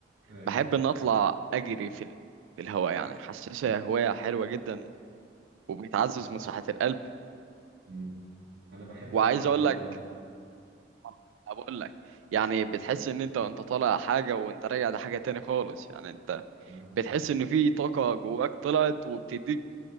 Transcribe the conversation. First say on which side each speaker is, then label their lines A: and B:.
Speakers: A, on the right; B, on the right.
A: ايوه
B: بحب ان اطلع اجري في ال- في الهواء يعني حاسسها هوايه حلوه جدا وبتعزز
A: لا
B: من صحه القلب
A: امم انا بحب
B: وعايز
A: اعمل كده
B: اقول
A: برضه
B: لك <laughs> بقول لك يعني
A: اه
B: بتحس ان انت وانت طالع حاجه وانت راجع ده حاجه تاني خالص يعني انت
A: آه،
B: بتحس ان في طاقه جواك طلعت وبتديك